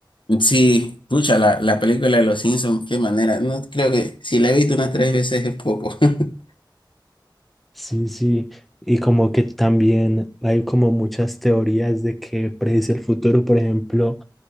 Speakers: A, on the left; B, in the centre.
A: Sí, pucha, la, la película de los Simpsons, qué manera. No creo que si la he visto unas tres veces es poco. <laughs>
B: Sí, sí, y como que también hay como muchas teorías de que predice el futuro. Por ejemplo,